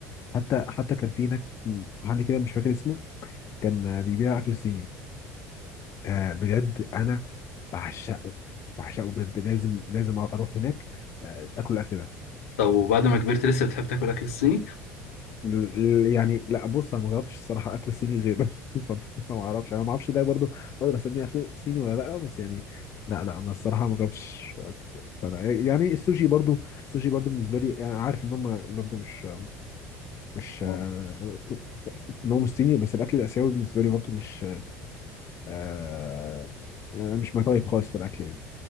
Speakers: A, on the left; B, on the left.
A: حتى حتى كان في هناك محل كده مش فاكر اسمه كان بيبيع اكل صيني آه بجد انا بعشقه بعشقه بجد لازم لازم اروح هناك آه اكل الاكل ده
B: طب وبعد ما كبرت لسه بتحب تاكل أكل الصيني؟
A: ال- ال- يعني لا بص انا ما جربتش الصراحه اكل صيني غيره <laughs> ف- فما اعرفش انا ما اعرفش ده برضو اقدر اسميه اكل صيني ولا لا بس يعني لا لا ما الصراحه ما جربتش أكل- بتاع ده. يعني السوشي برضو السوشي برضو بالنسبه لي انا عارف ان هم برضو مش مش
B: أه
A: آه، ان هو مش صيني بس الاكل الاسيوي بالنسبه لي برضو مش آه، آه، مش ماي تايب خالص في الاكل